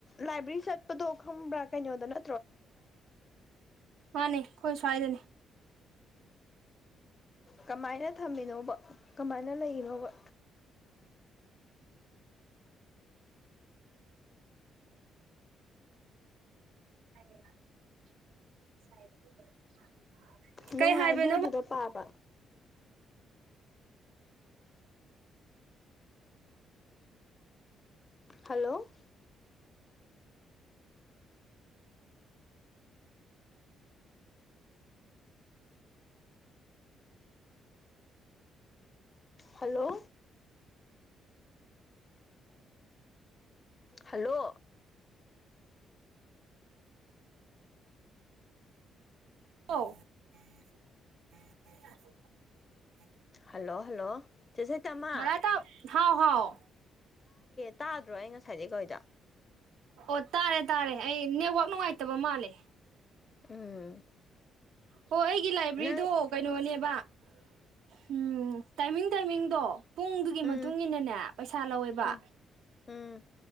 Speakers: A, on the left (about 30°); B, on the right (about 80°).
A: ꯂꯥꯏꯕ꯭ꯔꯦꯔꯤ ꯆꯠꯄꯗꯣ ꯈꯪꯕ꯭ꯔꯥ ꯀꯩꯅꯣꯗ ꯅ
B: ꯎ ꯃꯥꯅꯤ ꯀꯣꯏ ꯁ꯭ꯋꯥꯏꯗꯅꯤ
A: ꯀꯃꯥꯏꯅ ꯊꯝꯃꯤꯅꯣꯕ ꯀꯃꯥꯏꯅ ꯂꯩꯔꯤꯅꯣꯕ
B: <unintelligible>
A: ꯅꯨꯡꯉꯥꯏꯕ꯭ꯔꯣ
B: ꯀꯩ ꯍꯥꯏꯕꯅꯣꯕ
A: ꯑꯗꯨꯗ ꯄꯥꯕ hello hello hello
B: <unintelligible>
A: hello hello ꯆꯁꯣꯏ ꯇꯃ
B: ꯕꯔꯥ ꯇꯥ ꯍꯥꯎ ꯍꯥꯎ
A: ꯇꯥꯗ꯭ꯔꯣ ꯑꯩ ꯉꯁꯥꯏꯗꯩ ꯀꯧꯏꯗꯣ
B: ꯑꯣ ꯇꯥꯔꯦ ꯇꯥꯔꯦ ꯑꯩ ꯅꯦꯠꯋꯥꯛ ꯅꯨꯡꯉꯥꯏꯇꯕ ꯃꯥꯜꯂꯦ
A: ꯎꯝ
B: ꯍꯣ ꯑꯩꯒꯤ ꯂꯥꯏꯕ꯭ꯔꯦꯔꯤꯗꯣ
A: ꯅꯪ
B: ꯀꯩꯅꯣꯅꯦꯕ ꯎꯝ ꯇꯥꯏꯃꯤꯡ ꯇꯥꯏꯃꯤꯡ <unintelligible> ꯄꯨꯡꯗꯨꯒꯤ ꯃꯇꯨꯡꯏꯟꯅꯅꯦ
A: ꯎꯝ
B: ꯄꯩꯁꯥ ꯂꯧꯋꯦꯕ
A: ꯎꯝ ꯎꯝ